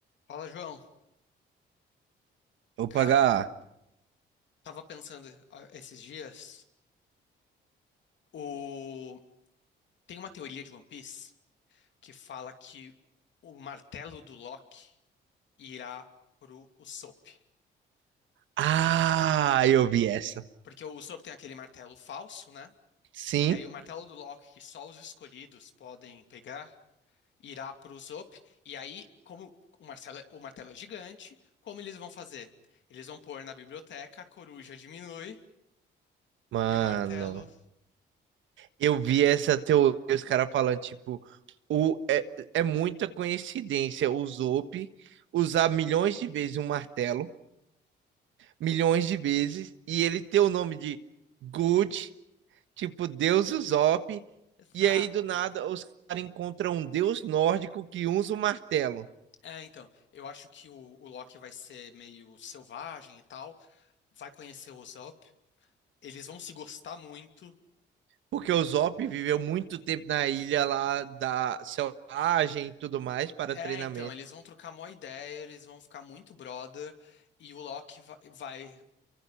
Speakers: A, on the left; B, on the right.
A: Fala, João.
B: Vou
A: Cara,
B: pagar.
A: tava pensando ah, esses dias, o... tem uma teoria de One Piece que fala que o martelo do Loki irá pro Usopp.
B: Ah, eu vi essa.
A: Porque o Usopp tem aquele martelo falso, né?
B: Sim,
A: E aí o martelo do Loki, que só os escolhidos podem pegar, irá pro Usopp. E aí, como o martelo, é- o martelo é gigante, como eles vão fazer? Eles vão pôr na biblioteca, a coruja diminui
B: mano.
A: e o martelo...
B: Eu vi essa teoria, os caras falando, tipo, o, é, é muita coincidência o Zope usar milhões de vezes um martelo, milhões de vezes, e ele ter o nome de Good, tipo, Deus Usopp,
A: Exato.
B: e aí do nada os caras encontram um deus nórdico que usa o martelo.
A: É, então, eu acho que o, o Loki vai ser meio selvagem e tal, vai conhecer o Usopp, eles vão se gostar muito.
B: Porque o Zop viveu muito tempo na ilha lá da selvagem e tudo mais para
A: É,
B: treinamento.
A: então, eles vão trocar mó ideia, eles vão ficar muito brother, e o Loki vai, vai,